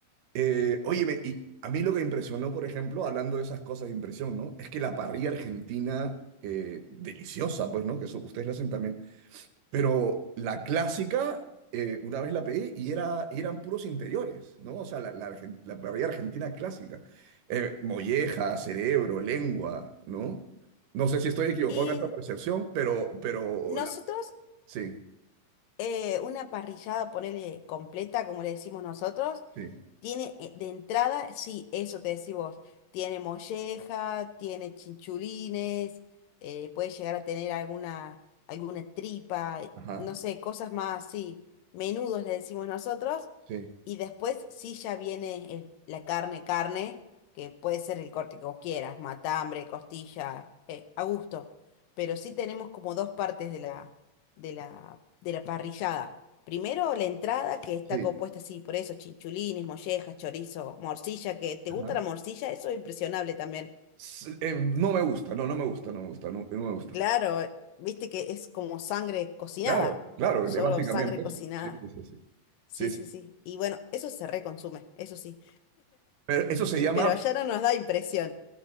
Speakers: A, on the right (about 75°); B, on the left (about 80°).
A: Eh, óyeme, y a mí lo que me impresionó, por ejemplo, hablando de esas cosas de impresión, ¿no? Es que la parrilla argentina, eh, deliciosa, pues, ¿no? Que eso, ustedes la hacen también. Pero la clásica, eh, una vez la pedí y era, eran puros interiores, ¿no? O sea, la, la, argen- la parrilla argentina clásica. Eh, molleja, cerebro, lengua, ¿no? No sé si estoy equivocado
B: Y
A: en esta percepción, pero, pero
B: nosotros,
A: la- sí,
B: eh, una parrillada, ponele completa, como le decimos nosotros,
A: sí,
B: Tiene eh, de entrada, sí, eso te decís vos. Tiene molleja, tiene chinchulines, eh, puede llegar a tener alguna, alguna tripa, eh,
A: ajá,
B: no sé, cosas más así. Menudos le decimos nosotros.
A: sí,
B: Y después sí ya viene el- la carne, carne, que puede ser el corte que vos quieras, matambre, costilla, eh, a gusto. Pero sí tenemos como dos partes de la, de la, de la parrillada. Primero la entrada que está
A: sí,
B: compuesta así, por eso, chinchulines, mollejas, chorizo, morcilla, que te
A: ajá.
B: gusta la morcilla, eso es impresionable también.
A: S- eh, no me gusta, no, no me gusta, no me gusta, no, no me gusta.
B: Claro, eh, viste que es como sangre cocinada,
A: Claro. Claro,
B: solo
A: es básicamente
B: sangre
A: eso.
B: cocinada.
A: Sí, sí, sí, sí.
B: Sí,
A: Sí, sí.
B: sí, sí. Y bueno, eso se reconsume, eso sí.
A: Pero eso se llama,
B: Pero allá no nos da impresión,